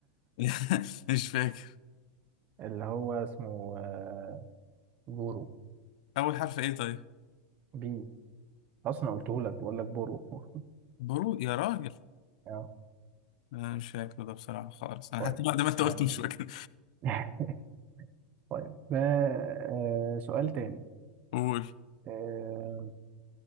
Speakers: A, on the left; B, on the right.
A: <laughs> مش فاكر
B: <laughs> اللي هو اسمه آه، بورو
A: اول حرف ايه طيب
B: بي أصلا قلته لك بقول لك بورو <laughs>
A: برو يا راجل
B: أه
A: لا مش فاكر ده بصراحه خالص انا
B: طيب
A: حتى بعد ما انت
B: هذه
A: قلت مش فاكر
B: <laughs> طيب آه، آه، سؤال تاني
A: <laughs> قول
B: آه